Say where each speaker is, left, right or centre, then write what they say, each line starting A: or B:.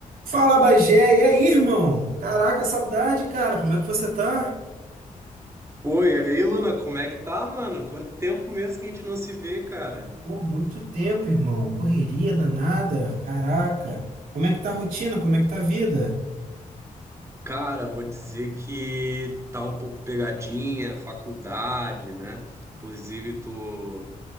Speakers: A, on the right (about 85°); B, on the right (about 20°).
A: Fala, Bagé, e aí, irmão? Caraca, saudade, cara. Como é que você tá?
B: Pô, e aí, Luna, como é que tá, mano? Quanto tempo mesmo que a gente não se vê, cara?
A: Pô, muito tempo, irmão. Correria danada. Caraca. Como é que tá a rotina? Como é que tá a vida?
B: Cara, vou dizer que tá um pouco pegadinha, faculdade, né? Inclusive, tu.